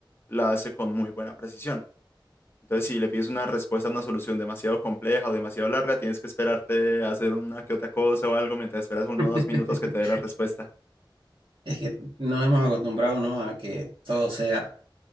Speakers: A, on the left; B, on the right.
A: la hace con muy buena precisión. Entonces, si le pides una respuesta a una solución demasiado compleja o demasiado larga, tienes que esperarte a hacer una que otra cosa o algo mientras esperas uno
B: <laughs>
A: o dos minutos que te dé la respuesta.
B: Es que nos hemos acostumbrado, ¿no? A que todo sea